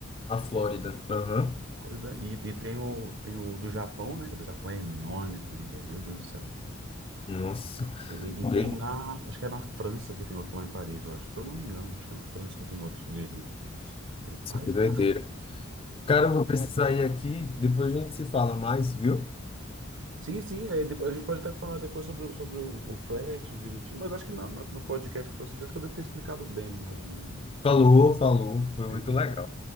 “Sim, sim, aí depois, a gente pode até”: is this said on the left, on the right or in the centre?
Right